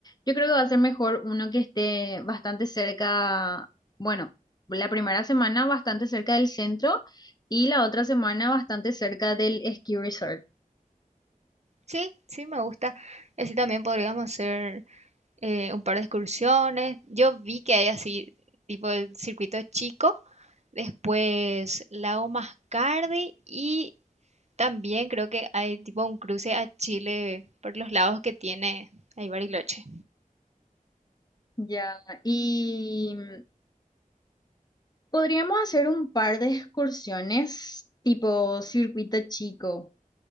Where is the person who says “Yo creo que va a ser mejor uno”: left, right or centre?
Left